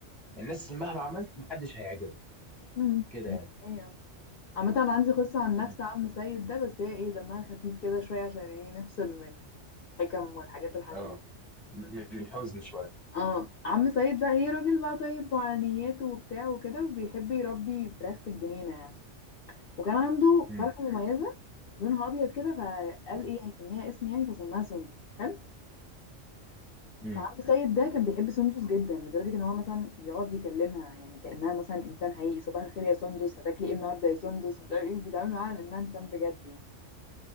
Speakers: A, in the centre; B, on the left.
A: الناس مهما عملت ما حدش هيعجبه
B: مم.
A: كده
B: ده
A: يعني
B: حقيقة. عامة أنا عندي قصة عن نفس
A: م.
B: عم سيد ده بس هي ايه دمها خفيف كده شوية عشان ايه نفصل من الحكم والحاجات الحزينة
A: اه م- من الحزن شوية
B: اه عم سيد ده ايه راجل بقى طيب وعلى نياته وبتاع وكده وبيحب يربي فراخ في الجنينة يعني وكان عنده
A: امم
B: فرخة مميزة لونها أبيض كده فقال
A: امم
B: ايه هيسميها اسم يعني فسماها سندس حلو
A: امم
B: فعبد السيد ده كان بيحب سندس جدا لدرجة ان هو مثلا بيقعد يكلمها يعني كأنها مثلا انسان حقيقي صباح الخير يا سندس هتاكلي ايه النهارده يا سندس مش عارف ايه بيتعامل معاها على انها انسان بجد يعني